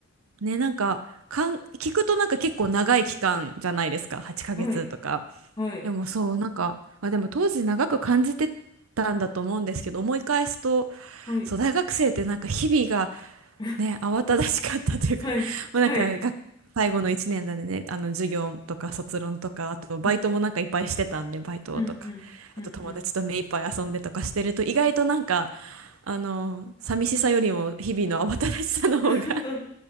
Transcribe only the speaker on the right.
ね、なんか、かん、聞くとなんか結構長い期間じゃないですか、8ヶ月とか。
でもそう、なんか、まあ、でも当時長く感じてたんだと思うんですけど、思い返すと、
そう、大学生ってなんか日々が
ね、慌ただしかったというか、
<laughs> まあなんかが、
最後の1年だね、あの授業とか卒論とか、あとバイトもなんかいっぱいしてたんで、
バイトとか、
あと友達と目いっぱい遊んでとかしてると、
意外となんか、あの、寂しさよりも日々の慌ただしさの方が
<laughs>